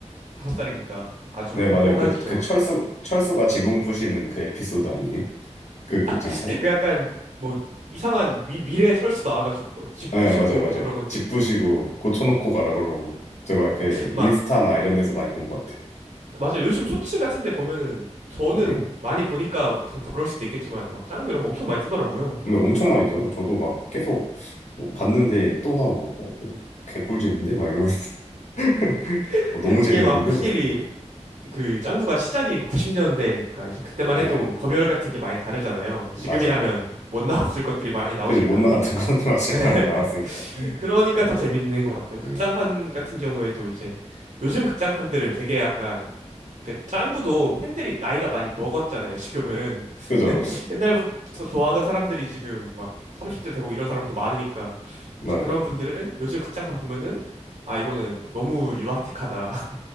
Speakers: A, on the right; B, on the left.
A: 다섯 살이니까 아주
B: 네, 맞아요.
A: 행복하겠죠.
B: 그, 그 철수, 철수가 지붕 부시는 그 에피소드 아니에요? 그 극장판?
A: <laughs> 그 약간 뭐 이상한 미, 미래 철수 나와가지고 뭐 집
B: 네,
A: 부시고
B: 맞아요, 맞아요.
A: 뭐 그런 것도
B: 집
A: 있고
B: 부시고 고쳐놓고 가라 그러고. 제가 이렇게
A: 막
B: 인스타나 이런
A: 네.
B: 데서 많이 본 것 같아요.
A: 맞아요. 요즘 쇼츠 같은데 보면은 저는
B: 네.
A: 많이 보니까 더 그럴 수도 있겠지만 막 짱구 이런 거 엄청 많이 뜨더라고요.
B: 근데 엄청 많이 떠요. 저도 막 계속 어, 봤는데 또 나오고, 어, 어, 개꿀잼인데? 막 이러면서. <laughs>
A: <laughs>
B: 어, 너무 재밌는데?
A: 이게 막 확실히
B: 막 이러면서.
A: 그 짱구가 시작이 90년대니까 이제 그때만
B: 네,
A: 해도 검열 같은 게 많이 다르잖아요. 지금이라면
B: 맞아요.
A: 못 나왔을 것들이 많이 나오니까.
B: 그죠? 못 나왔던 거는 <laughs> 맞아요.
A: <laughs>
B: 많이 나왔으니까.
A: 그러니까
B: 음,
A: 더 재밌는 것 같아요.
B: 네.
A: 극장판 같은 경우에도 이제 요즘 극장판들은 되게 약간 그러니까 짱구도 팬들이 나이가 많이 먹었잖아요, 지금은.
B: 그죠,
A: <laughs>
B: 그죠.
A: 옛날부터 좋아하던 사람들이 지금 막 30대 되고 이런 사람도 많으니까
B: 맞아요.
A: 이제 그런 분들은 요즘 극장판 보면은 아 이거는 너무 유아틱하다